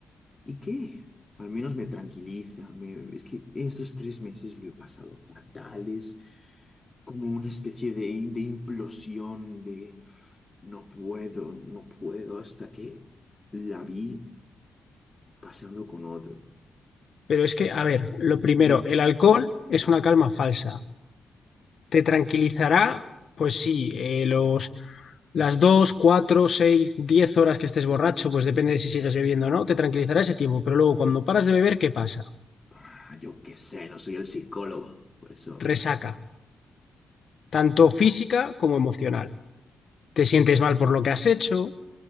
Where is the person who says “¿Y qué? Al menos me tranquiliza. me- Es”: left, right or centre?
Left